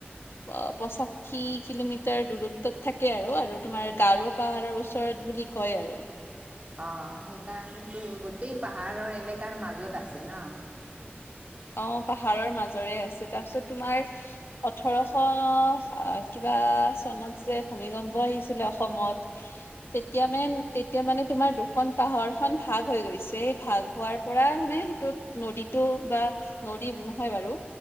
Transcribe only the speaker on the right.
অ সেইকাৰণেতো গোটেই পাহাৰৰ এলেকাৰ মাজত আছে ন